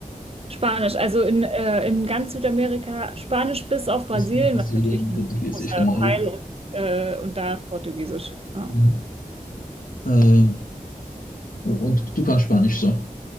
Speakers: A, on the right; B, on the left.
A: Spanisch, also in, äh, in ganz Südamerika Spanisch bis auf Brasilien,
B: Was in Brasilien
A: was natürlich ein
B: Portugiesisch,
A: großer
B: genau. ich-
A: Teil ist, äh, und da ist Portugiesisch. Ja,
B: Mhm. Äh, und du kannst Spanisch so.